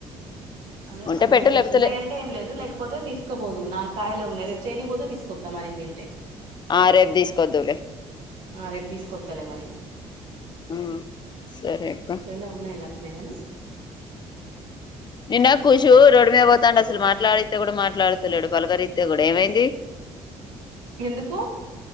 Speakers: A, on the right; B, on the left.
A: అదే
B: ఉంటే పెట్టు లేకపోతే
A: నిన్నయ
B: లే
A: అంటే ఏం లేదు లేకపోతే తీసుకు తీసకపోదువు నాలుగు కాయలే ఉన్నాయి రేపు చేనుకీపోతే తీకొస్తా మరిన్ని అంటే
B: ఆ రేపు తీసుకొద్దువులే
A: ఆ రేపు తీసుకొత్తాలే మరి
B: హ్మ్ సరే అక్క
A: చేయలా ఉన్నాయిలే అట్నే కాని
B: నిన్న కూషు రోడ్డు మీద పోతాండే అసలు మాట్లాడిత్తే కూడా మాట్లాడుతలేడు పలకరిత్తే కూడా ఏమైంది
A: ఎందుకు